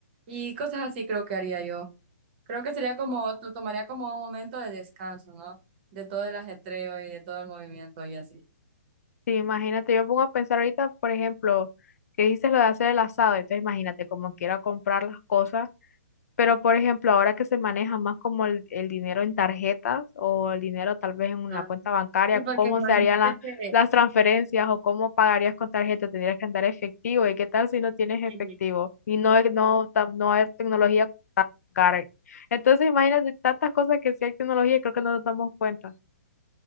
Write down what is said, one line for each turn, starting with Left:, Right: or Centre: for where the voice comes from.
Right: y cosas así creo que haría yo. Creo que sería como, lo tomaría como un momento de descanso, ¿no? De todo el ajetreo y de todo el movimiento y así.
Left: sí, imagínate, yo me pongo a pensar ahorita, por ejemplo, que dices lo de hacer el asado, entonces imagínate como quiera comprar las cosas Pero, por ejemplo, ahora que se maneja más como el, el dinero en tarjetas o el dinero tal vez en una
Right: Ah,
Left: cuenta bancaria,
Right: sí, porque
Left: ¿cómo
Right: imagínate
Left: se harían la-
Right: que...
Left: las transferencias o cómo pagarías con tarjeta? ¿Tendrías que andar efectivo? ¿Y qué tal si no tienes
Right: sí,
Left: efectivo? Y no, es- no, ta- no hay tecnología para pagar. Entonces, imagínate tantas cosas que sí hay tecnología y creo que no nos damos cuenta.